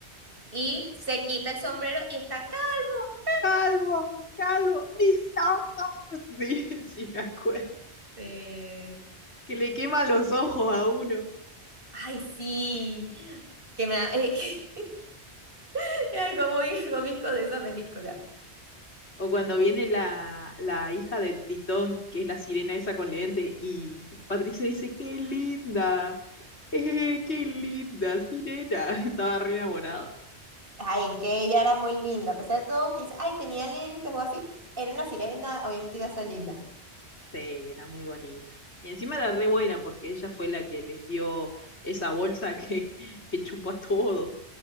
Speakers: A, on the right; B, on the left.
A: y se quita el sombrero y está calvo.
B: Calvo, calvo, mis ojos. <laughs> Sí, sí, me acuerdo.
A: Sí.
B: que le quema los ojos a uno.
A: Ay, sí. Que me da- es que <laughs> es algo muy cómico de esa película.
B: O cuando viene la, la hija de Tritón, que es la sirena esa con lentes, y Patricio dice, ¡qué linda! Eh, ¡Qué linda, sirena! <laughs> Estaba re enamorado.
A: Ay, es que ella era muy linda, a pesar de todo, quizás, ay, tenía lentes o así, era una sirena, obviamente iba a ser linda.
B: Sí, era muy bonita. Y encima era re buena porque ella fue la que les dio esa bolsa <laughs> que, que chupa todo.